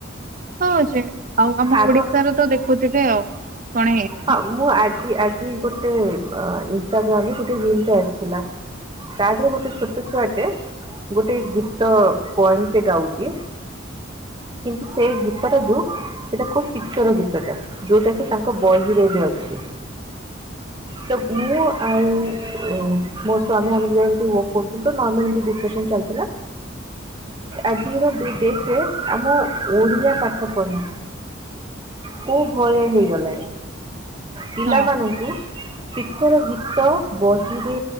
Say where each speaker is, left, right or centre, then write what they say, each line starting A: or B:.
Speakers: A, on the right (about 40°); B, on the right (about 25°).
A: ହଁ ଯେ ଆଉ ଆମ
B: ଆଗ
A: ଓଡିଶା ର ତ ଦେଖୁଥିବେ ଆଉ କଣେ ହେଇ
B: ହଁ ମୁଁ ଆଜି ଆଜି ଗୋଟେ ଇନଷ୍ଟାଗ୍ରାମରେ ଗୋଟେ ରିଲ୍ ଟେ ଆସିଥିଲା। ତାଠୁ ଗୋଟେ ଛୋଟ ଛୁଆଟେ ଗୋଟେ ଗୀତ ପୋଏମେ ଟେ ଗାଉଚି। କିନ୍ତୁ ସେଇ ଗୀତ ଟାକୁ ସେଟା ଖୁବ୍ ପିକ୍ଚର ଗୀତ ଟା ଯୋଉଟା କି ତାଙ୍କ ବହିରେ ଏବେ ଅଛି। ତ ମୁଁ ଆଉ ମୋ ସ୍ଵାମୀ ଆମେ ଦି ଯଣଥିମୁ। ପୋଟୁ ତ ନର୍ମାଲ ଟି ଡିସକସନ୍ ଚାଲିଥିଲା। ଆଜିରଡେଟେରେ ଆମ ଓଡିଆ ପାଠ ପଢା।
A: <inaudible>
B: କୋଉ ଭଳିଆ ହେଇଗଲାଣି ପିଲାମାନଙ୍କୁ
A: ହଁ
B: ପିକିଚର ଗୀତ ବହିରେ